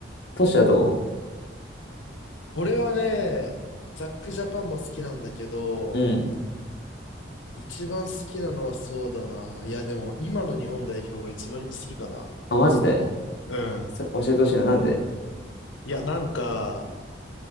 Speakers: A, on the left (about 60°); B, on the left (about 80°).
A: トシはど
B: 俺はね、ザックジャパンも好きなんだけど、
A: ううん。
B: 一番好きなのはそうだな。いや、でも今の日本代表が一番好きかな。
A: あ、マジで
B: うん。
A: そ教えてほしいな。なんで
B: いや、なんか、